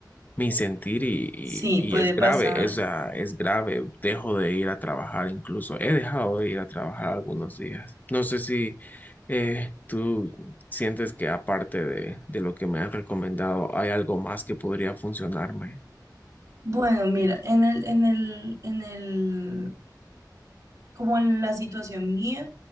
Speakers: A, on the left; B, on the right.
A: mi sentir y, y-
B: Sí,
A: y
B: puede
A: es
B: pasar.
A: grave, o sea, es grave. Dejo de ir a trabajar, incluso he dejado de ir a trabajar algunos días. No sé si eh, tú sientes que aparte de, de lo que me has recomendado, hay algo más que podría funcionarme.
B: Bueno, mira, en el, en el, en el, como en la situación mía,